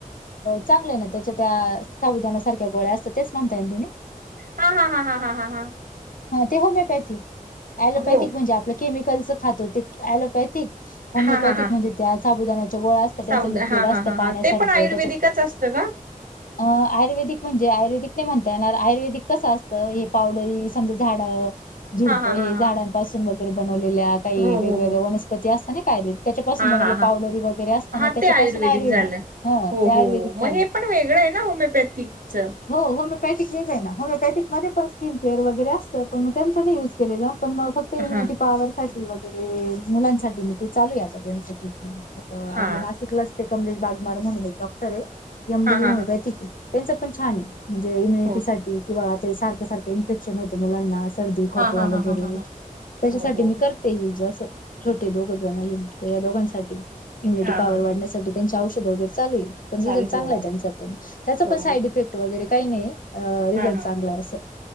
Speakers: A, on the left; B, on the right.
A: चांगलं ना त्याच्या त्या साधना सारख्या गोळ्या असत तेच म्हणता ये तुम्ही
B: हा हा हा ह हा हा हा
A: ह ते होमिओपॅथिक लोपॅथिक
B: हो
A: म्हणजे आपलं केमिकलच खातो ते लोपॅथिक होमिओपॅथिक
B: हा हा हा
A: म्हणज त्या साबुदानाच्या गोळा त्यांचं
B: साऊद
A: लिक्विड
B: हा हा
A: असतं
B: हा हा
A: पाण्यासारखं
B: ते पण आयुर्वेदिकच
A: त्याच्यात
B: असतं का?
A: आयुर्वेदिक म्हणजे आयुर्वेदिक नाही म्हणता येणार आयुर्वेदिक कसं असतं हे पावडरी समज झाड झुडप
B: हा हा
A: हे
B: हा
A: झाडांपासून
B: हा
A: वगैरे बनवलेल्या काही
B: हो
A: वेगवेगळ्या
B: हो हो
A: व ते असता नाही काय र त्याच्यापासून
B: हा
A: बनवले
B: हा
A: पावडरी
B: हा
A: वगैरे असताना
B: हा
A: त्याच्यापासून
B: ते
A: आयुर्वेदिक
B: झालं.
A: ह
B: हो
A: ते आयुर्वेदिक
B: हो हो मग
A: झालं
B: हे पण वेगळं आहे ना होमिओपॅथिक च
A: होमिपथ वेगं ना होमिोपॅथिक मध्ये पणकिन केअर वैरे अस प मग त्यांच नाही यज केले पणग फक्त इम्युनिटी
B: हा
A: पॉवर वगैरे मुलांसाठी ते चालू आहे का त्यां
B: हा
A: आप नाशिकला ते कमलेश बागमार म्हण एक डॉक्टर आहे एम
B: हा
A: डी
B: हा
A: होल
B: हा
A: बैठकी त्यांच पण छान आहे म्हणजे इम्युनिटी
B: हो
A: साठी किंवा ते सारखं सारखं इन्फेक्शन होतं मुलांना सर्दी खोकला
B: हा हा हा
A: वगैरे
B: हा हा हा
A: त्याच्यासाठी
B: हो हो
A: मी
B: हो
A: करते युज अस छोटे दोघ जण युक्त या दोघांसाठी इम्युनिटी
B: हा
A: पॉवर
B: हा
A: वाढण्यासाठीच्या
B: हा
A: औषध वगैरे चालू आहेल पण
B: चालू
A: रिझल्ट चांगला
B: हो
A: आहे त्यांचा पण त्याच
B: हो
A: पण साईड इफेक्ट वगैरे काही नाही रिझल्ट
B: हा हा
A: चांगलं आहे असं